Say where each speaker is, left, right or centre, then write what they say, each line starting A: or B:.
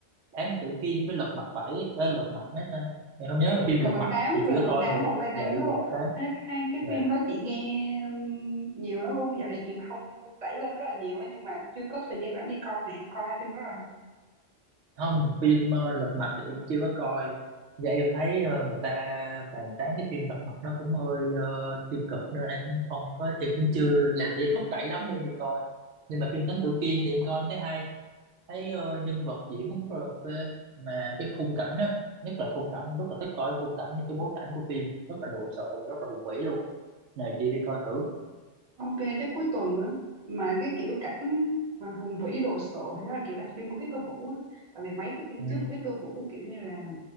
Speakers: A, on the right; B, on the right.
A: Thám Tử Kiên với Lật Mặt Bảy ờ, Lật Mặt mấy ta em không nhớ mà phim
B: lần
A: Lật
B: mật
A: Mặt
B: tám
A: thì
B: lần
A: chỉ có
B: mật
A: coi
B: tám
A: một
B: vòng tay nắng
A: dạ là
B: đúng không
A: tám
B: Ê, hai cái
A: Dạ.
B: phim đó chị nghe ừm, nhiều lắm luôn dạo này truyền thông đẩy lên rất là nhiều á nhưng mà chưa có thời gian rảnh đi coi nè em coi hai phim đó rồi hả
A: không phim ờ, Lật Mặt thì em chưa có coi và em thấy ờ, người ta bàn tán cái phim Lật Mặt nó cũng hơi ờ, tiêu cực nên em cũng không có em cũng chưa làm cho em thúc đẩy lắm để em đi coi nhưng mà phim Thám Tử Kiên thì em coi em thấy hay thấy ờ, nhân vật diễn cũng rất là ok mà cái khung cảnh á nhất là khung cảnh em rất là thích coi khung cảnh những cái bối cảnh của phim rất là đồ sộ rất là hùng vĩ luôn nè chị đi coi thử
B: Ok, chắc cuối tuần á, mà cái kiểu cảnh mà hùng vĩ đồ sộ thì đó là kiểu đặc trưng của Victor Vũ á. Tại vì mấy cái phim
A: ừ.
B: trước của Victor Vũ kiểu như là